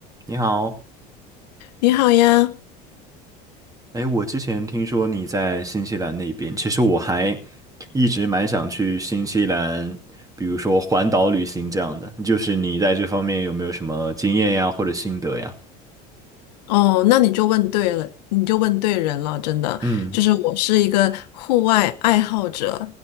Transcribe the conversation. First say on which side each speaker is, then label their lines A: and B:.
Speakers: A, on the right (about 15°); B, on the left (about 80°).
A: 你好，
B: 你好呀，
A: 哎，我之前听说你在新西兰那边，其实我还一直蛮想去新西兰，比如说环岛旅行这样的。就是你在这方面有没有什么经验呀，或者心得呀？
B: 哦，那你就问对了，你就问对人了，真的，
A: 嗯，
B: 就是我是一个户外爱好者，